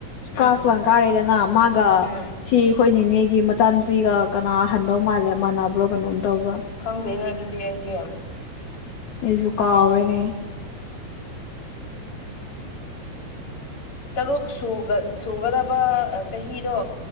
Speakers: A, on the left; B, on the left.
A: ꯎꯝ
B: ꯀ꯭ꯂꯥꯁ ꯋꯥꯟ ꯀꯥꯔꯦꯗꯅ ꯃꯥꯒ
A: ꯎꯝ
B: ꯁꯤ ꯑꯩꯈꯣꯏ ꯅꯤꯅꯦꯒꯤ ꯃꯆꯥ ꯅꯨꯨꯄꯤꯒ ꯀꯅꯥ ꯍꯟꯗꯧ ꯃꯥꯜꯂꯦ ꯃꯥꯟꯅꯕ꯭ꯔꯣ ꯀꯩꯅꯣꯝ ꯇꯧꯕ꯭ꯔꯥ
A: ꯈꯪꯗꯦꯍꯦ ꯑꯗꯨꯗꯤ ꯑꯩꯗꯤ
B: ꯑꯩꯁꯨ ꯀꯥꯎꯔꯦꯅꯦ
A: ꯇꯔꯨꯛ ꯁꯨꯒ ꯁꯨꯒꯗꯕ ꯆꯍꯤꯗꯣ